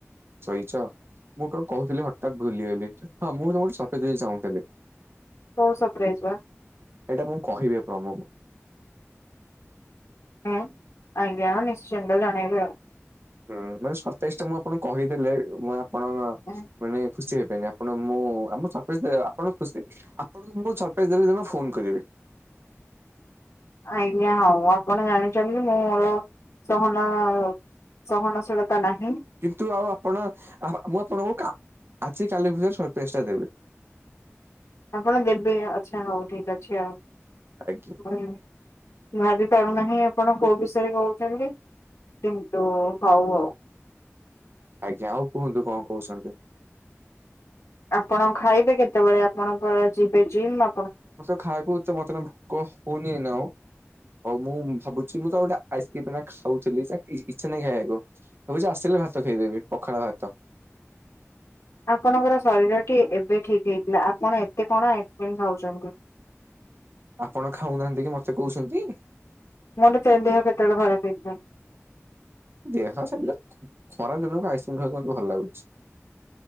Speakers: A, on the right; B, on the left.
A: ଶୋଇଛ ମୁଁ କଣ କହୁଥିଲି ହଠାତ୍ ଭୁଲିଗଲି ହଁ ମୁଁ ତମକୁ ଗୋଟେ ସପ୍ରାଇଜ୍ ଦେବାକୁ ଚାହୁଁଥିଲି।
B: କଣ ସପ୍ରାଇଜ ବା।
A: ଏଇଟା ମୁଁ କହିବିନି ଆପଣଙ୍କୁ।
B: ହଁ ଆଜ୍ଞା ନିଶ୍ଚିତ ଜଣେଇବେ ଆଉ।
A: ହୁଁ ମାନେ ସପ୍ରାଇଜ ଟା ମୁଁ ଆପଣଙ୍କୁ କହିଦେଲେ ମୁଁ ଆପଣଙ୍କ
B: ଆଉ।
A: ମାନେ ଖୁସି ହେବେନି ଆପଣ ମୁଁ ଆମ ସପ୍ରାଇଜ୍ ଆପଣ ଖୁସି ଆପଣଙ୍କୁ ମୁ ସରପ୍ରାଇଜ ଦେବି ଯେବେ ଫୋନ କରିବି। <inaudible>
B: ଆଜ୍ଞା ହଉ ଆପଣ ଜାଣିଛନ୍ତି ମୁଁ ମୋର ସହନ ସହନଶୀଳତା ନାହିଁ।
A: କିନ୍ତୁ ଆଉ ଆପଣ ମୁଁ ଆପଣଙ୍କୁ ଆଜି କାଲି ଭିତରେ ସରପ୍ରାଇଜ୍ ଟା ଦେବି। <inaudible>
B: ଆପଣ ଦେବେ ଆଛା ହଉ ଠିକ ଅଛି ଆଉ
A: ଆଜ୍ଞା
B: ମୁଁ ଆଜି ଠୁ ଜାଣିପାରୁନାହିଁ ଆପଣ କୋଉ ବିଷୟରେ କହୁଛନ୍ତି କିନ୍ତୁ ହଉ ଆଉ।
A: ଆଜ୍ଞା ଆଉ କୁହନ୍ତୁ କଣ କହୁଛନ୍ତି।
B: ଆପଣ ଖାଇବେ କେତେବେଳେ ଆପଣ ପା ଯିବେ ଜିମ୍ ଆ
A: ମ ସବୁ ଖାଇବାକୁ ତ ମତେ ଭୋକ ହଉନି ଏଇନେ ଆଉ ଆଉ ମୁଁ ଭାବୁଚ୍ ମୁଁ ତ ଗୋଟ ଆଇସ୍କ୍ରିମ ଖାଉଥିଲି ଇଚ୍ଛା ନାଇଁ ଖାଇବାକୁ ଅବଶ୍ୟ ଭାବୁଛି ଆସିଲେ ଭାତ ଖାଇଦେବି ପଖାଳ‌ଭାତ ଭାତ।
B: ଆପଣଙ୍କର ଶରୀର ଟି ଏବେ ଠିକ ହେଇଥିଲା ଆପଣ ଏତେ କଣ ଆଇସ୍କ୍ରିମ ଖାଉଛନ୍ତି।
A: ଆପଣ ଖାଉନାହାନ୍ତି କି ମତେ କହୁଛନ୍ତି।
B: ମୋର ତେ ଦେହ କେତେବେଳେ ଖରାପ ହେଇଥିଲା?
A: ଦେହ <unintelligible> ଖରା ଦିନକୁ ଆଇସକ୍ରିମ ଖାଇବାକୁ ମୋତେ ଭଲ ଲାଗୁଚି।